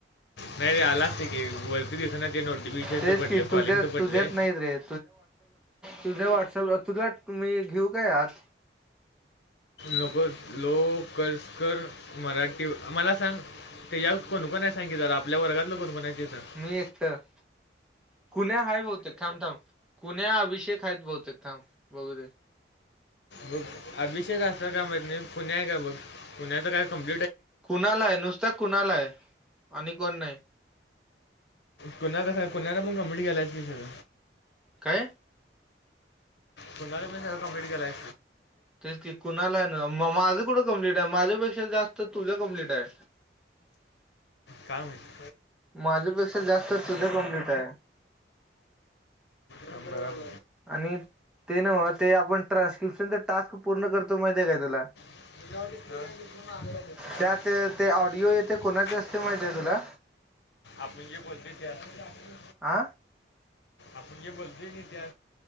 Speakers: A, on the left (about 70°); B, in the centre.
A: नाहीरी आला ते वरती दिस ना ते नोटिफिकेशन
B: तेच
A: तर पडलय
B: की तुझ्या
A: कॉलिंग तर
B: तुझ्यात
A: पडलय
B: नाहीत रे तुझ्या व्हॉटसअप तुझ्या मी घेऊ का आत
A: नको लोकरसकर मराठी मला सांग ते या कोणकोण आहे सांग कि जरा आपल्या वर्गातलं कोणकोण आहे ते सांग
B: मी एकट कुण्या हायभोवतेक थामथाम कुण्या अभिषेक खायच बहुतेक थांब बघू दे
A: बघ अभिषेक असत का म्ह पुण्या का बघ पुण्याच काय कंनी
B: कुणाल आहे नुसत कुणाल हाय आणि कोण नाय
A: कुन्हा कस कुनला मग गंबडी गेलायच की सळ
B: काय
A: कुणाल मी स कंम्प्लीट केलाय
B: तेच कि कुणाला आहे मग माज कुठं कंप्लीट आहे माझ्या पेक्षा जास्त तुझ कंप्लीट आहे
A: काय माहीत
B: <inaudible> माझ्या पेक्षा जास्त तुझ कमप्लीट आहे
A: थांब बघा.
B: आणि ते ना म ते आपण ट्रान्स्क्रिप्शनचा टास्क पूर्ण करतो माहिती आहे काय तुला?
A: <inaudible>
B: त्यात ते ऑडिओ येते कोणाचे असते माहिती तुला
A: आपण जे बोलते ते अस
B: आ
A: आपण जे बोलतोय ते